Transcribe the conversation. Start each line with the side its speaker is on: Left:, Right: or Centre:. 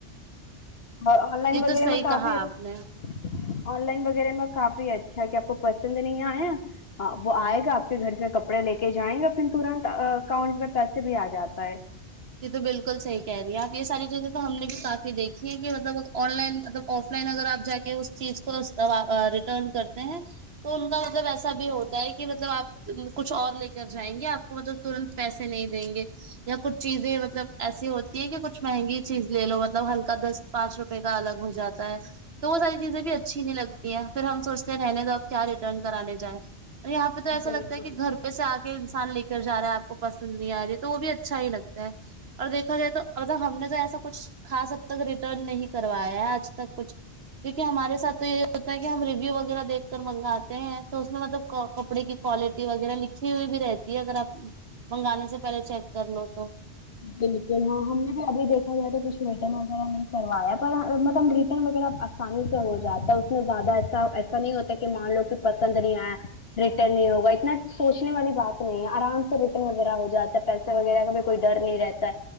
Left: اور آن لائن
Right: یہ
Left: وغیرہ
Right: تو صحیح
Left: میں کافی
Right: کہا
Left: ہے
Right: آپ نے
Left: آن لائن وغیرہ میں کافی اچھا ہے کہ آپ کو پسند نہیں آیا ہاں وہ آئے گا آپ کے گھر سے کپڑے لے کے جائیں گا پھر ترنت اکاؤنٹ میں پیسے بھی آ جاتا ہے
Right: یہ تو بالکل صحیح کہہ رہی ہے آپ یہ ساری چیزیں تو ہم نے بھی کافی دیکھی ہے کہ مطلب آن لائن مطلب آف لائن اگر آپ جا کے اس چیز کو ریٹرن کرتے ہیں تو ان کا مطلب ایسا بھی ہوتا ہے کہ مطلب آپ کچھ اور لے کر جائیں گے آپ مطلب ترنت پیسے نہیں دیں گے یا کچھ چیزیں مطلب ایسی ہوتی ہے کہ کچھ مہنگی چیز لے لو مطلب ہلکا دس پانچ روپے کا الگ ہو جاتا ہے تو وہ ساری چیزیں بھی اچھی نہیں لگتی ہیں پھر ہم سوچتے رہنے دو اب کیا ریٹرن کرانے جائیں یہاں پہ تو ایسا
Left: بالکل
Right: لگتا ہے کہ گھر پہ سے آ کے انسان لے کر جا رہا ہے آپ کو پسند نہیں آ رہی ہے تو وہ بھی اچھا ہی لگ تا ہے اور دیکھا جائے تو ا ہم نے تو ایسا کچھ خاص اب تک ریٹرن نہیں کروایا ہے آج تک کچھ کیونکہ ہمارے ساتھ تو یہی ہوتا ہے کہ ہم ریویو وغیرہ دیکھ کر منگاتے ہیں تو اس میں مطلب کو کپڑے کی کوالٹی وغیرہ لکھی ہوئی بھی رہتی ہے اگر آپ منگانے سے پہلے چیک کر لو تو
Left: بالکل ہاں ہم نے بھی ابھی دیکھا جائے تو کچھ ریٹرن وغیرہ نہیں کروایا پر مطلب ری ریٹرن وغیرہ آسانی سے ہو جاتا ہے اس میں زیادہ ایسا نہیں ہوتا کہ مان لو کہ پسند نہیں آئے ریٹرن نہیں ہوگا اتنا سوچنے والی بات نہیں ہے آرام سے ریٹرن وغیرہ ہو جاتا ہے پیسے وغیرہ کا بھی کوئی ڈر نہیں رہتا